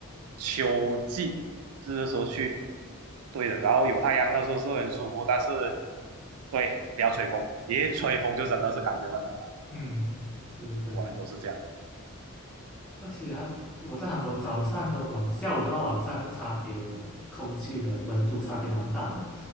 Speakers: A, on the right; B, in the centre.
A: 秋季，这时候去，对的。然后有太阳，那时候是很舒服，但是对，不要吹风，一吹风就真的是感觉很冷了。
B: 嗯，
A: 嗯，
B: 对对对，
A: 果然都是这样
B: 而且啊，我在韩国早上跟晚下午跟到晚上那个差别的空气的温度差别蛮大的，